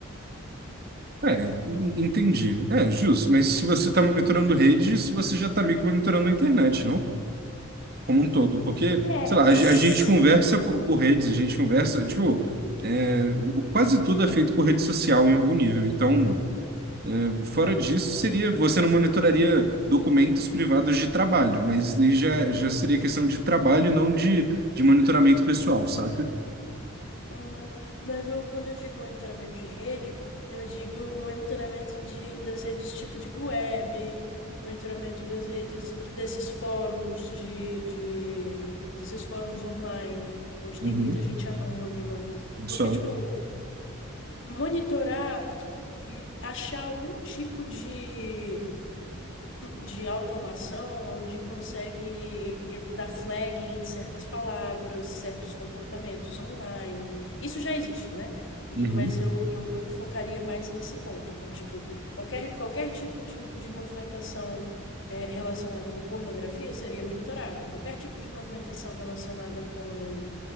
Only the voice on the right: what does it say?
É, en- entendi. É, justo, mas se você está monitorando redes, você já está meio que monitorando a internet, não? como um todo, porque,
sei lá,
a, ge- a gente conversa por, por redes, a gente conversa, tipo, é, o- quase tudo é feito por rede social em algum nível. Então, é, fora disso,
seria, você não monitoraria documentos privados de trabalho, mas aí já, já seria questão de trabalho, não de, de monitoramento pessoal, saca?
Uhum,
Só.
uhum,